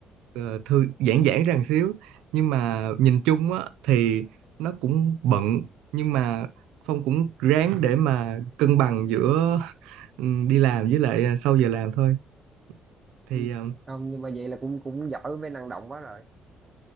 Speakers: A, on the right; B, on the right.
A: ờ, thư giãn giãn ra một xíu nhưng mà nhìn chung á thì nó cũng bận nhưng mà Phong cũng ráng để mà cân bằng giữa ừ, đi làm với lại à, sau giờ làm thôi thì
B: Ừ.
A: ờ,
B: không nhưng mà vậy là cũng cũng giỏi với năng động quá rồi